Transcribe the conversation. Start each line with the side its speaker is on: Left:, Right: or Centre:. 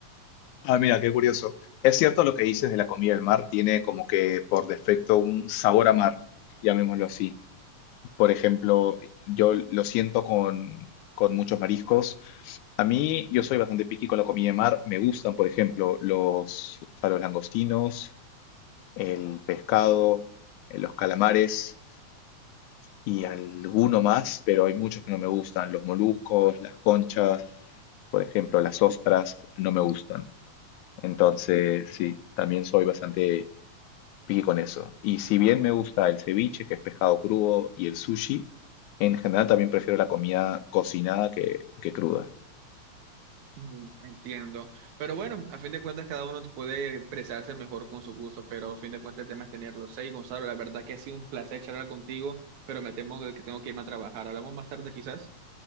Left: Ah, mira, qué curioso. Es cierto lo que dices de la comida del mar, tiene como que por defecto un sabor a mar, llamémoslo así. Por ejemplo, yo lo siento con, con muchos mariscos. A mí, yo soy bastante picky con la comida de mar. Me gustan, por ejemplo, los, o sea, los langostinos, el pescado, eh, los calamares y alguno más, pero hay muchos que no me gustan. Los moluscos, las conchas, por ejemplo, las ostras, no me gustan. Entonces, sí, también soy bastante picky con eso. Y si bien me gusta el ceviche, que es pescado crudo, y el sushi, en general también prefiero la comida cocinada que, que cruda.
Right: Mm, Entiendo. Pero bueno, a fin de cuentas cada uno puede expresarse mejor con su gusto, pero a fin de cuentas el tema es tenerlos. seis Gonzalo, la verdad que ha sido un placer charlar contigo, pero me temo que tengo que irme a trabajar. Hablamos más tarde quizás.